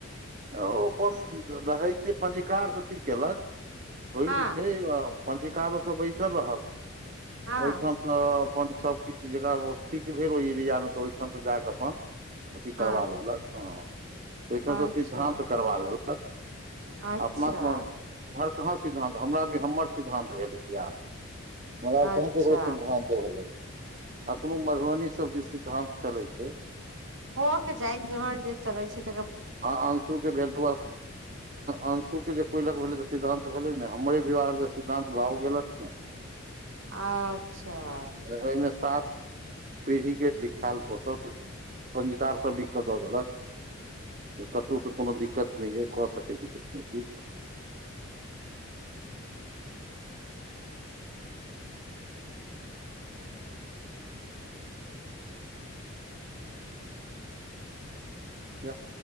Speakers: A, on the right; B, on the right.
A: आ ओपन रहैय छै पञ्जिकार अथी केलक होय
B: हँ
A: नय छै अ पञ्जिकारो ओत बैसल रहल
B: हँ
A: ओयठाम अ अपन सबकिछ जकरा पर ठीक भेल ओहि इरिया मे तऽ ओहिठाम से जाकऽ अपन अथी
B: हँ
A: करबा लेलक ह ओठन से
B: अच्छा
A: कम त करबा लेलक
B: अच्छा
A: अपना कौन उम्हर कहाँ सिद्धानंत हमरा आर कऽ हमर सिद्धानंत भेल बिआह मे मगर
B: अच्छा
A: कहाँ केकरो सिद्धान्त भेलै अखनो मधुबनीसभ दिस सिद्धान्त चलै छै
B: होक जाइ जिम्हर जे चलै छै ते
A: ह अंशू के भेल अंशू के जे कोई लग भेले त सिद्धांत भेले नहि हमरे <unintelligible> सिद्धांत भाव गेल हतिन न
B: अच्छा
A: जगय मे सात पीढ़ी कऽ लिखायल फोटो पञ्जीकार सब लिखके दऽ देलक जे कतहुसँ कोनो दिक्कत नय खे क सकै छी कुठनैती या